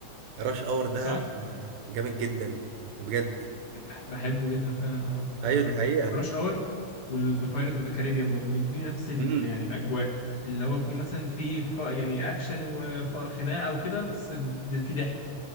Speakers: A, on the right; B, on the left.
A: راش اور ده
B: صح
A: آه، جامد جدا بجد
B: بح- بحبه جدا فعلا اه
A: ايوه
B: ف
A: دي حقيقة
B: فرش اور والذا بايرت اوف ذا كاريبيان برضه بيديني نفس ال...
A: امم
B: يعني الاجواء اللي هو يكون مثلا في ف... يعني اكشن وخناقه او كده بس ب- في ضحك